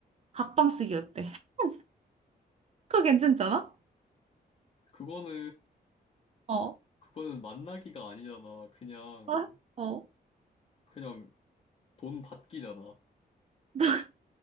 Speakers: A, on the right (about 40°); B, on the left (about 35°).
A: 각방 쓰기 어때? <laughs> 그거 괜찮잖아?
B: 그거는
A: 어.
B: 그거는 만나기가 아니잖아. 그냥,
A: 어? 어.
B: 그냥 돈 받기잖아.
A: <laughs>